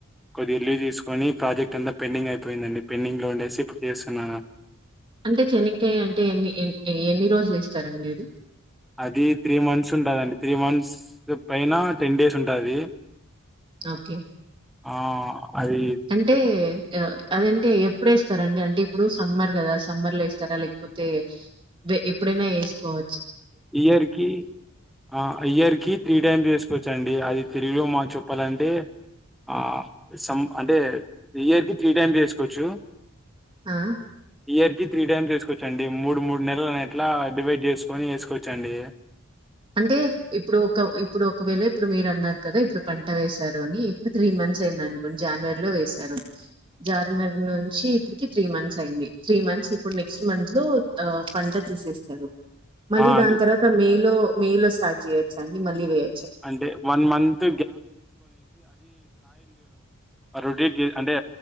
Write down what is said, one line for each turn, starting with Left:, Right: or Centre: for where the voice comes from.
Centre: కొద్దిగ లీవ్ దీస్కొని ప్రాజెక్ట్ అంతా పెండింగ్ అయ్పోయిందండి పెండింగ్ లో ఉండేసి ఇప్పుడు జేస్తున్నాను.
Right: అంటె చెనిక్కాయ అంటే ఎన్ని ఎన్ ఎ ఎన్ని రోజులేస్తారండి అది.
Centre: అది త్రీ మంత్సుంటదండి త్రీ మంత్స్ పైన టెన్ డేస్ ఉంటాది.
Right: ఒకే
Centre: ఆ అది
Right: అంటే య అదింటే ఎప్పుడేస్తరండి అంటే ఇప్పుడు సమ్మర్ గదా సమ్మర్ లో యేస్తరా లేక్పోతే వె ఎప్పుడైనా యేస్కోవ.
Centre: ఇయర్ కి ఆ ఇయర్ కి త్రీ టైమ్స్ వెసుకోవచ్చ అండి అది తిరిగిలో మా చెప్పాలంటే ఆ సంమ్ అంటే ఇయర్ కి త్రీ టైమ్స్ వేసుకోవచ్చు
Right: ఆ!
Centre: ఇయర్ కి త్రీ టైమ్స్ యేస్కోచ్చండి మూడు మూడు నెల్లనెట్లా డివైడ్ జేస్కొని యేస్కో. చండి
Right: అంటేర్ ఇప్పుడు ఒక ఇప్పుడు ఒకవేళ ఇప్పుడు మీరన్నార్ కదా ఇప్పుడు పంట వేసారు అని ఇప్పుడు త్రీ మంత్స్ ఐందనుకోండి జాన్వర్లో వేశారు. జార్మర్ నుంచి ఇప్పు. కి త్రీ మంత్సైంది త్రీ మంత్స్ ఇప్పుడు నెక్స్ట్ మంత్ లో ఆ పంట తీసేస్తరు. మళ్లీ
Centre: ఆ అండి
Right: దాన్ తర్వాత మే లో నో మే లో స్టార్ట్ చేయొచ్చా అండి మళ్ళీ వేయ.
Centre: అంటె వన్ మంత్ రొటేట్ జే అంటె